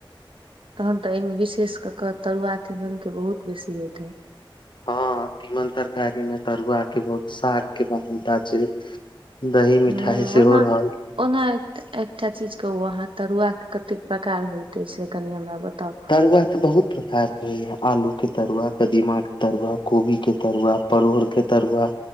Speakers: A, on the right; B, on the left.
A: तहन तऽ एहिमे विशेष कऽ के तरुआ तीमनक के बहुत बेसी होयइत हय
B: हँ तीमन तरकारी में तरुआ के बहुत साग के महानता छै दही मिठाई
A: हूँ
B: सेहो
A: ओना
B: रहल
A: ओना एक एकटा चीज के वहाँ तरुआ के कतेक प्रकार होयइते से कनि हमरा बताउ
B: तरुआ तऽ बहुत प्रकारके होइए आलूके तरुआ कदीमाके तरुआ कोबीके तरुआ परोरके तरुआ